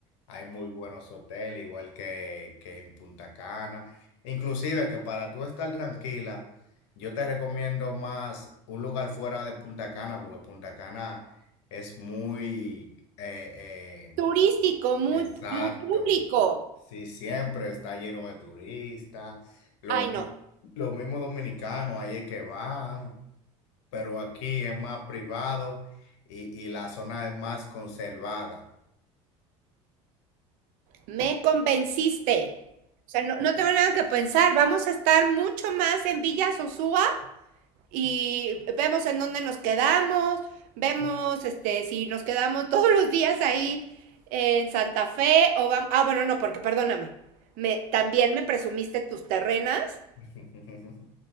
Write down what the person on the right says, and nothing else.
turístico, muy,
muy público.
Ay,
no,
me convenciste. O sea, no, no tengo nada que pensar. Vamos a estar mucho más en Villa Sosúa y vemos en dónde nos quedamos, vemos este si nos quedamos <laughs> todos los días ahí en Santa Fe o vamos... Ah, bueno, no, porque perdóname. Me, también me presumiste tus terrenas